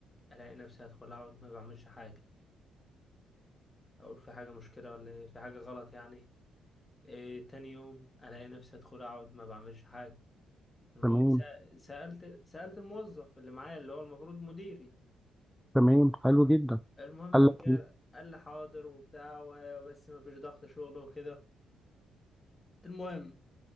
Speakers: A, on the left; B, in the centre.
A: ألاقي نفسي هدخل أقعد ما بعملش حاجة أقول في حاجة مشكلة ولا إيه في حاجة غلط يعني آه، تاني يوم ألاقي نفسي هدخل أقعد ما بعملش حاجة المهم
B: تمام
A: سأ- سألت سألت الموظف اللي معايا اللي هو المفروض مديري
B: تمام حلو جدا
A: المهم
B: قال
A: قام
B: لك
A: جا-
B: ايه
A: قال لي حاضر وبتاع و- بس ما فيش ضغط شغل وكده المهم